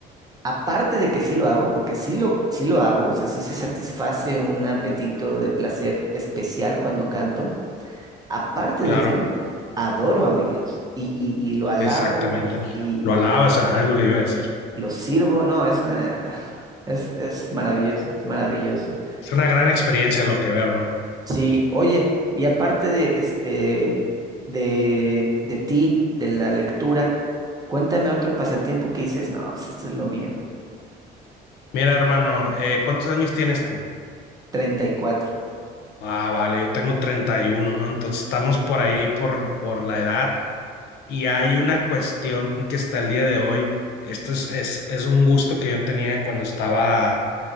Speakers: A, on the right; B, on the left.
A: Aparte de que sí lo hago, porque sí lo, sí lo hago, o sea, sí se satisface un apetito de placer especial cuando canto. Aparte
B: claro,
A: de eso, adoro a mi Dios y, y, y lo alabo
B: exactamente.
A: y
B: Lo alabas, ajá, es lo que iba a decir.
A: lo sirvo. No, es, una- es, es maravilloso, es maravilloso.
B: Es una gran experiencia lo que veo, ¿no?
A: Sí, oye, y aparte de, este, de, de ti, de la lectura, cuéntame otro pasatiempo que dices, no, pues esto es lo mío.
B: Mira, hermano, eh, ¿cuántos años tienes tú?
A: 34.
B: Ah, vale, yo tengo 31, ¿no? Entonces estamos por ahí por, por la edad y hay una cuestión que está el día de hoy. Esto es, es, es un gusto que yo tenía cuando estaba,